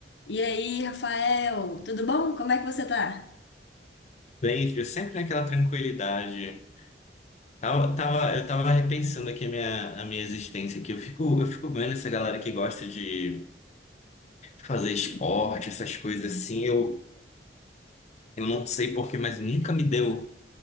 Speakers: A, on the left (about 75°); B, on the left (about 40°).
A: E aí, Rafael, tudo bom? Como é que você tá?
B: Bem, Ju, sempre naquela tranquilidade. Tava, tava- eu tava repensando aqui a minha, a minha existência aqui. Eu fico, eu fico vendo essa galera que gosta de fazer esporte, essas coisas assim. Eu, eu não sei porquê, mas nunca me deu